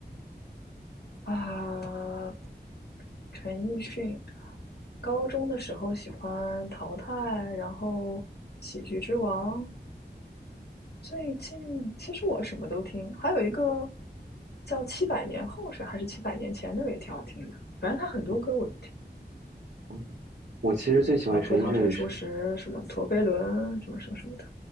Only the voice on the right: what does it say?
<laughs> 嗯我其实最喜欢陈奕迅的一首，